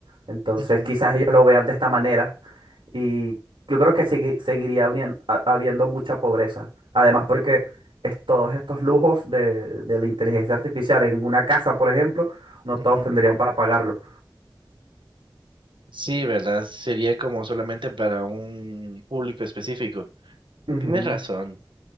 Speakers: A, on the right (about 85°); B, on the right (about 70°).
A: Entonces,
B: Ujú,
A: quizás ellos lo vean de esta manera y yo creo que sigue- seguiría habrían- ha- habiendo mucha pobreza. Además, porque es- todos estos lujos de, de la inteligencia artificial en una casa, por ejemplo, no
B: ujú.
A: todos tendrían para pagarlo.
B: Sí, ¿verdad? Sería como solamente para un público específico.
A: Ujú,
B: Tienes razón.